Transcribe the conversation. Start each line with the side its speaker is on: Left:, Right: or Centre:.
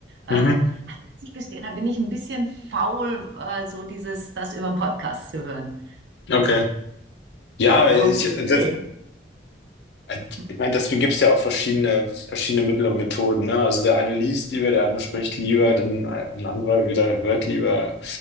Left: Mhm,
Right: Ähm, muss ich gestehen, da bin ich ein bisschen faul, äh, so dieses, das über den Podcast zu hören.
Left: okay. Ja,
Right: Aber
Left: ich,
Right: gute
Left: das,
Right: Idee.
Left: Äh,
Right: Hm.
Left: Ich meine, deswegen gibt es ja auch verschiedene, verschiedene Mittel und Methoden, ne? Also der eine liest lieber, der andere spricht lieber, dann äh, ein anderer wieder hört lieber.